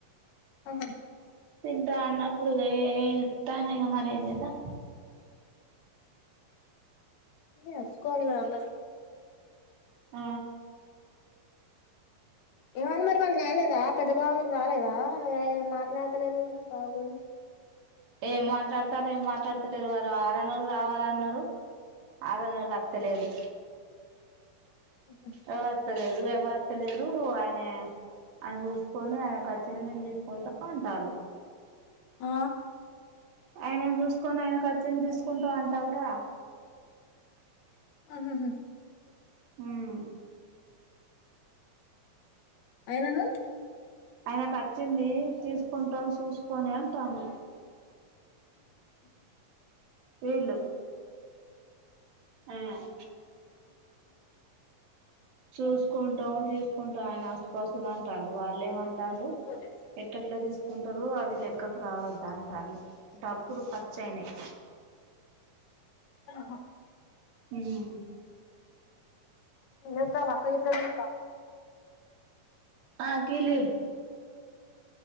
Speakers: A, on the left; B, on the right.
A: ఆహా
B: తింటా అన్నప్పుడు గా ఏ తానేగా మరి ఏం చేద్దాం
A: నేను అరుసుకోవాలి గదా అందరు
B: ఆ
A: ఏమంది మరి మన రాలేదా పెద్ద బావులు రాలేదా ఏ మాట్లాడతలేదు బావ గురించి
B: ఏం మాట్లాడతారు ఏం మాట్లాడతలేరు వారు ఆరం రోలు రావాల అన్నారు ఆరు నెల అత్తలేరు
A: ఉహ్
B: ఎవరు అత్తలేరు ఎవరుత్తలేరు ఆయన ఆయన చూసుకొని ఆయన కచ్చింది నేను తీసుకుంటా అంటళ్ళు
A: ఆ
B: ఆయనాని చూసుకొని ఆయన అచింది తీసుకుంటా అంటల్క
A: ఆహాహ
B: ఉమ్
A: ఆయనకు
B: ఆయనకు వచ్చింది తీసుకుంటాం చూసుకొని అంటాడు వీళ్ళు ఉహ్ చూసుకున్ లోన్ తీసుకుంట ఆయన ఆస్తి పాస్తులు అంటాడు. వాళ్ళు ఏం అంటాడు,
A: ఏం
B: ఎట్టట్లా తీసుకుంటారు అవి లెక్కకు రావద్ద్ద అంటాడు డబ్బులు ఖర్చు అయినయ్.
A: ఆహ
B: ఉమ్
A: నితోన్ అక్క గిట్ల ఏం చెప్పాలీ
B: ఆ కిలి